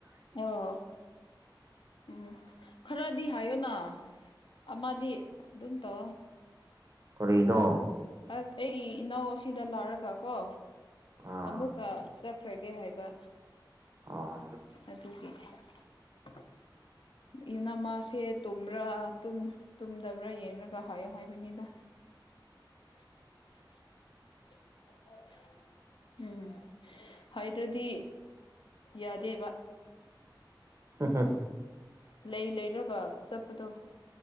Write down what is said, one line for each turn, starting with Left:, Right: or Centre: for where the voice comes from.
Left: ꯍ ꯎꯝ ꯈꯔꯗꯤ ꯍꯥꯏꯌꯣꯅ ꯑꯃꯗꯤ ꯑꯗꯨ ꯑꯗꯨꯝꯇꯣ
Right: ꯀꯔꯤꯅꯣ
Left: ꯑꯁ ꯑꯩꯒꯤ ꯏꯅꯥꯎ ꯑꯁꯤꯗ ꯂꯥꯛꯔꯒ ꯀꯣ
Right: ꯑꯥ
Left: ꯑꯃꯨꯛꯀ ꯆꯠꯈ꯭ꯔꯒꯦ ꯍꯥꯏꯕ
Right: ꯑꯥ
Left: ꯑꯗꯨꯒꯤ <unintelligible> ꯏꯅ ꯃꯥꯁꯦ ꯇꯨꯝꯕ꯭ꯔꯥ ꯇꯨꯝꯗꯕ꯭ꯔꯥ ꯌꯦꯡꯂꯒ ꯍꯥꯏꯌꯣ ꯍꯥꯏꯕꯅꯤꯗ <unintelligible> ꯎꯝ ꯍꯥꯏꯗꯗꯤ ꯌꯥꯗꯦꯕ
Right: ꯍ ꯍ
Left: ꯂꯩ ꯂꯩꯔꯒ ꯆꯠꯄꯗꯣ